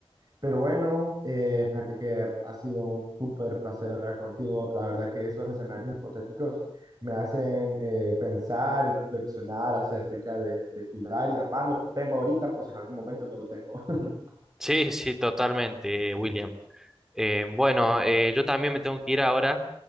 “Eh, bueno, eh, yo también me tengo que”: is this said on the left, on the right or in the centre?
Centre